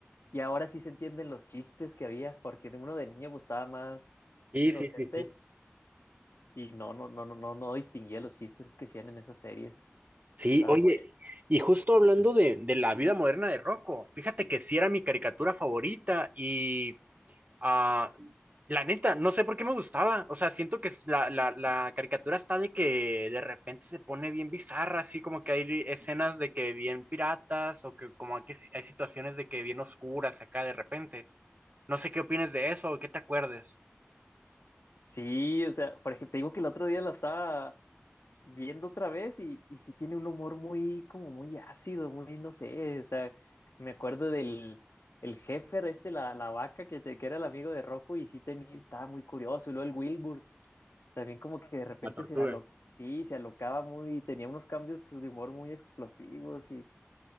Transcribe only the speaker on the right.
Sí,
sí, sí, sí.
Sí,
oye,
y justo hablando de, de la vida moderna de Rocco, fíjate que sí era mi caricatura favorita y ah, la neta, no sé por qué me gustaba, o sea, siento que es la, la, la caricatura está de que de repente se pone bien bizarra, así como que hay escenas de que bien piratas o que como que hay situaciones de que bien oscuras acá de repente. No sé qué opines de eso o qué te acuerdes.
La tortuga.